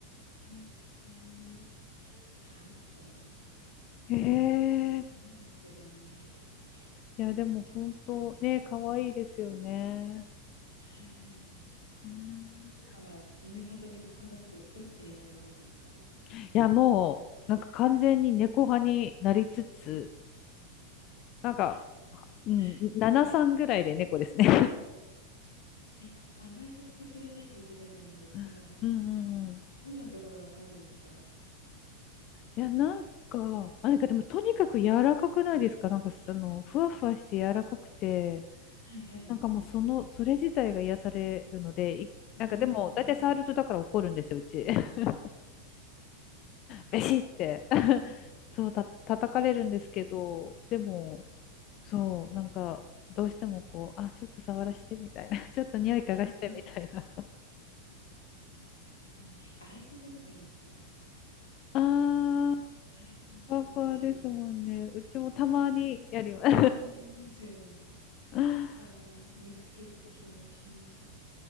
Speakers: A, on the left (about 70°); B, on the left (about 35°).
A: ほんとに、はあと思って。
B: <laughs> へえ。
A: いいんですけどね、
B: いや、
A: 猫ちゃん。
B: でも本当ね、可愛いですよね。
A: はい。
B: ね
A: 今は犬派と猫派だとどっちになりそうですか？は
B: いや、もう、なんか完全に猫派になりつつ、なんか、うん、
A: い。
B: 7、3ぐらいで猫ですね。
A: うん。え、甘えさせてくれないって言ってたじゃないですか。
B: <laughs> うんうんうん。
A: どんなところが可愛いですか？は
B: いや、なんか、あ、なんかでもとにかく柔らかくないですかなんかその、ふわふわして柔らかくて、
A: いはい。
B: なんかもうその、それ自体が癒されるので、いなんかでも、
A: ああ、なん
B: 大体触るとだから怒るんですよ、うち。<laughs> ベシって。<laughs>
A: か。は
B: そう、た、叩かれるんですけど、でも、そう、なんか、どうしてもこう、あ、ちょっと触らしてみたいな、<laughs> ちょっと匂い嗅がしてみたいな。
A: いはい。わかります。洗いたてとかいいです、特に。
B: あー
A: 洗います、
B: ふわふわですもんね。
A: うちは。あ
B: うちもたまにやります。
A: たまにあますよね。
B: <laughs>
A: 可愛いい。肉球とか気持ちいいし。